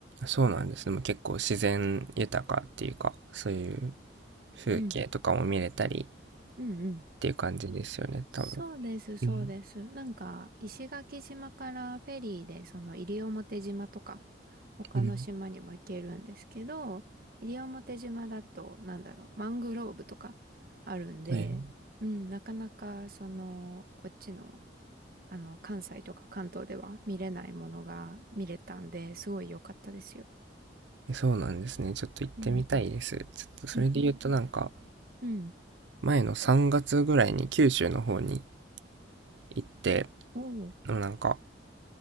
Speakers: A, on the right (about 80°); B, on the right (about 55°).
A: そうなんですね。でも結構自然豊かっていうか、そういう風景とかも見れたり
B: うん、うん、うん。
A: っていう感じですよね、多分。
B: そうです、そうです。
A: うん。
B: なんか、石垣島からフェリーで、その西表島とか、他の島にも行けるんですけど、
A: うん。
B: 西表島だと、なんだろう、マングローブとかあるんで、
A: はい。
B: うん、なかなか、その、こっちの、あの、関西とか関東では見れないものが見れたんで、すごい良かったですよ。
A: えそうなんですね。ちょっと行ってみたいです。
B: うん。
A: ちょっとそれで言うとなんか、
B: <laughs> うん。
A: 前の3月ぐらいに九州の方に行って
B: <laughs> おー
A: なんか